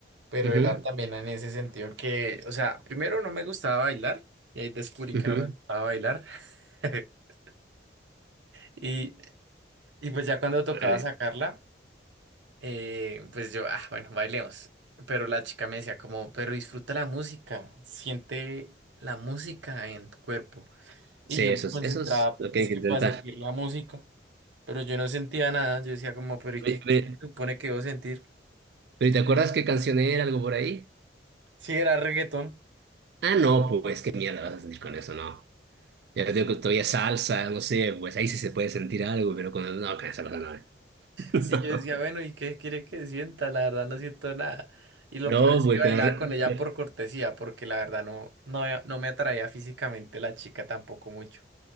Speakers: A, on the right (about 80°); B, on the right (about 60°).
A: Pero
B: ujú,
A: era también en ese sentido que, o sea, primero no me gustaba bailar y ahí descubrí
B: ujú.
A: que no me gustaba bailar. <laughs> Y, y pues ya cuando tocaba
B: Vale.
A: sacarla, eh, pues yo, ah, bueno, bailemos. Pero la chica me decía como, pero disfruta la música, siente la música en tu cuerpo.
B: Sí,
A: Y yo
B: eso
A: me
B: es,
A: concentraba,
B: eso es lo
A: dizque
B: que hay que intentar.
A: para sentir la música, pero yo no sentía nada. Yo decía como, pero ¿y
B: Ve-
A: qué
B: ve-
A: se supone que debo sentir?
B: ¿Pero y te acuerdas qué canción era, algo por ahí?
A: Sí, era reggaetón.
B: Ah, no, pues qué mierda vas a sentir con eso, no. Ya te digo que todavía salsa, no sé, pues ahí sí se puede sentir algo, pero con... el- No, con esa cosa no. eh. <laughs>
A: Sí, yo decía, bueno, ¿y qué quiere que sienta? La verdad no siento nada. Y lo
B: No,
A: peor es
B: pues
A: que
B: con...
A: bailaba
B: re-
A: con ella
B: con-
A: por cortesía, porque la verdad no, no, eh, no me atraía físicamente la chica tampoco mucho.